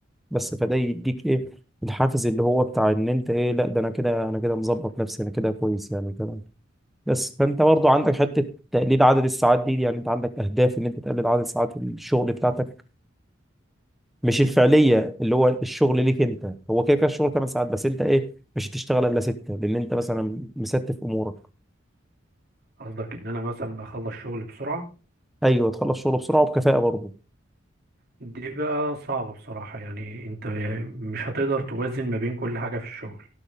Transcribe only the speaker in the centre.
بس فده يديك إيه الحافز اللي هو بتاع إن أنت إيه لا ده أنا كده أنا كده مظبط نفسي أنا كده كويس يعني كده بس فانت برضو عندك حته تقليل عدد الساعات دي يعني انت عندك اهداف ان انت تقلل عدد ساعات الشغل بتاعتك مش الفعليه اللي هو الشغل ليك انت هو كده كده الشغل 8 ساعات بس انت ايه مش هتشتغل الا 6 لان انت مثلا مستف امورك
ايوه تخلص شغل بسرعه وبكفاءه برضه